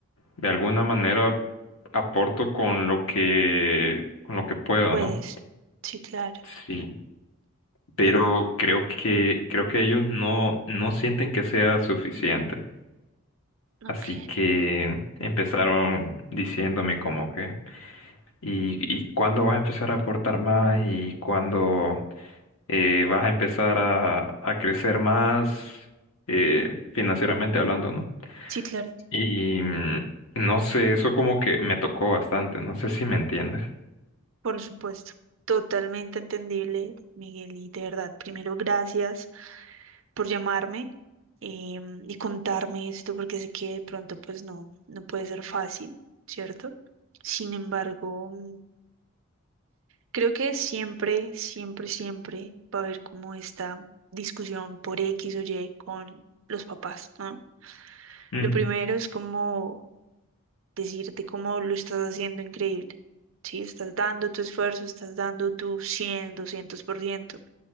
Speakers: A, on the left; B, on the right.
A: de alguna manera aporto con lo que, con lo que puedo,
B: Puedes.
A: ¿no?
B: Sí, claro.
A: Sí, pero
B: No.
A: creo que, creo que ellos no, no sienten que sea suficiente.
B: Ok.
A: Así que empezaron diciéndome como que, ¿y, y cuándo vas a empezar a aportar más? ¿Y cuándo eh, vas a empezar a, a crecer más eh, financieramente hablando, ¿no?
B: Sí, claro.
A: Y mm, no sé, eso como que me tocó bastante, no sé si me entiendes.
B: Por supuesto. Totalmente entendible, Miguel. Y de verdad, primero, gracias por llamarme em, y contarme esto, porque sé que de pronto, pues no, no puede ser fácil, ¿cierto? Sin embargo. mm, Creo que siempre, siempre, siempre va a haber como esta discusión por X o Y con los papás, ¿no?
A: Ujú,
B: Lo primero es como decirte cómo lo estás haciendo increíble, ¿sí? Estás dando tu esfuerzo, estás dando tu cien, doscientos por ciento